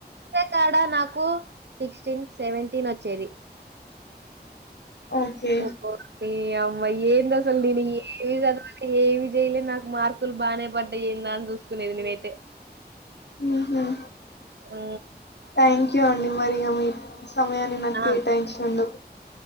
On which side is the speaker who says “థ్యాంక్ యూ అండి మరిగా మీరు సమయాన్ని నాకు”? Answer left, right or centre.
Left